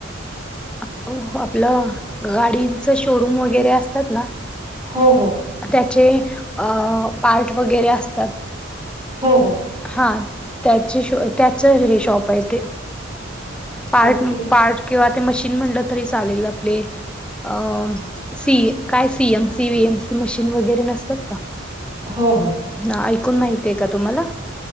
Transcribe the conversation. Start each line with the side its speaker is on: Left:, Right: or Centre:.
Centre: अ आपलं गाडीच शोरूम वगैरे असतात ना
Right: हो हो
Centre: त्याचे अ पार्ट वगैरे असतात
Right: हो हो.
Centre: हा. त्याचे श त्याच हे शॉप आहे ते. पार्ट
Right: ओके
Centre: पार्ट किंवा ते मशीन म्हणलं, तरी चालेल. आपले. अ सी काय सीएमसी एमसी मशीन वगैरे नसतात का?
Right: हो हो.
Centre: अ ऐकून माहीतीये का तुम्हाला?